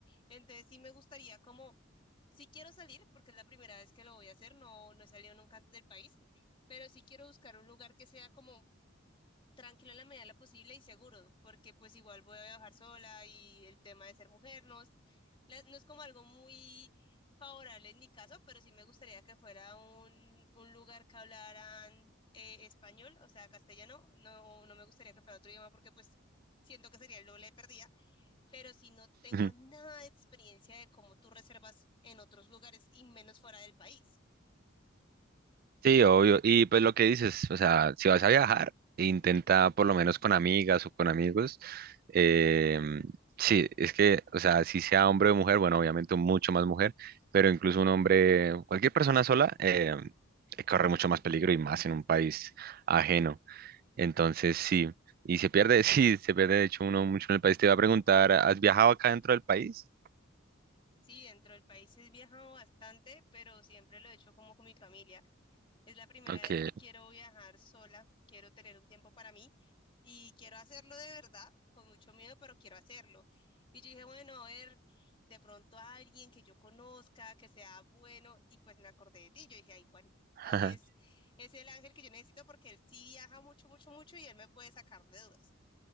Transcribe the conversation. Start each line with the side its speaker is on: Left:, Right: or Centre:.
Left: Entonces sí me gustaría como, sí quiero salir porque es la primera vez que lo voy a hacer, no, no he salido nunca antes del país, pero sí quiero buscar un lugar que sea como tranquilo en la medida de lo posible y seguro, porque pues igual voy a viajar sola y el tema de ser mujer no es, la- no es como algo muy favorable en mi caso, pero sí me gustaría que fuera un, un lugar que hablaran eh, español, o sea, castellano, no, no me gustaría que fuera otro idioma porque pues siento que sería el doble de perdida, pero si no tengo
Right: <laughs>
Left: nada de experiencia de cómo tú reservas en otros lugares y menos fuera del país.
Right: Sí, obvio. Y pues lo que dices, o sea, si vas a viajar, intenta por lo menos con amigas o con amigos. em, sí, es que, o sea, si sea hombre o mujer, bueno, obviamente mucho más mujer, pero incluso un hombre, cualquier persona sola, em, corre mucho más peligro y más en un país ajeno. Entonces, sí. Y se pierde, <laughs> sí, se pierde de hecho uno mucho en el país. Te iba a preguntar, ¿has viajado acá dentro del país?
Left: Sí, dentro del país sí he viajado bastante, pero siempre lo he hecho como con mi familia. Es la primera
Right: Ok.
Left: vez que quiero viajar sola, quiero tener un tiempo para mí y quiero hacerlo de verdad, con mucho miedo, pero quiero hacerlo. Y yo dije, bueno, a ver, de pronto a alguien que yo conozca, que sea bueno, y pues me acordé de ti. Yo dije, ay, Juan,
Right: <laughs>
Left: Juan es, es el ángel que yo necesito porque él sí viaja mucho, mucho, mucho y él me puede sacar de dudas.